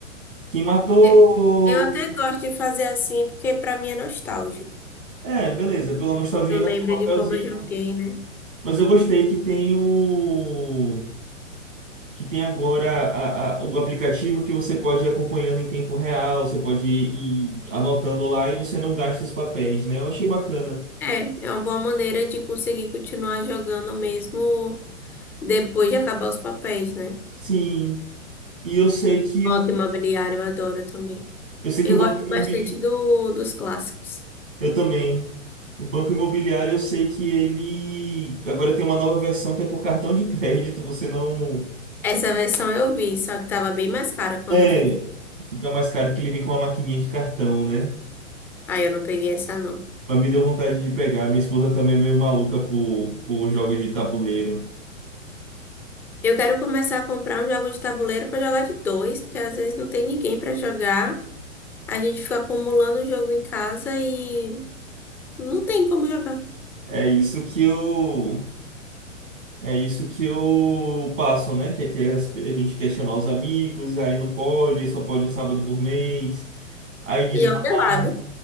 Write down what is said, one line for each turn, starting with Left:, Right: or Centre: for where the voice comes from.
Right: Quem matou.
Centre: E- Eu até gosto de fazer assim porque pra mim é nostálgico.
Right: É, beleza, pela nostalgia
Centre: Eu
Right: ainda
Centre: lembro
Right: tem o papelzinho.
Centre: de como eu joguei, né?
Right: Mas eu gostei que tem o. que tem agora a- a- o aplicativo que você pode ir acompanhando em tempo real, você pode ir anotando lá e você não gasta os papéis, né? Eu achei bacana.
Centre: É, é uma boa maneira de conseguir continuar jogando mesmo Depois de acabar os papéis, né?
Right: Sim. E eu sei que
Centre: Banco
Right: o
Centre: Imobiliário, eu adoro também.
Right: eu sei
Centre: Eu
Right: que o banco
Centre: gosto
Right: imobiliário,
Centre: bastante do, dos clássicos.
Right: eu também. O banco imobiliário, eu sei que ele agora tem uma nova versão que é por cartão de crédito, você não
Centre: Essa versão eu vi, só que tava bem mais cara quando
Right: é
Centre: eu fui.
Right: fica mais caro que ele vem com uma maquininha de cartão, né?
Centre: Aí eu não peguei essa, não.
Right: Mas me deu vontade de pegar. Minha esposa também é meio maluca por, por jogos de tabuleiro.
Centre: Eu quero começar a comprar um jogo de tabuleiro pra jogar de dois, porque às vezes não tem ninguém pra jogar. A gente fica acumulando o jogo em casa e não tem como jogar.
Right: É isso que eu É isso que eu passo, né? Que, é que é as- a gente quer chamar os amigos, aí não pode, só pode um sábado por mês. Aí desmarca,
Centre: E olha lá, viu?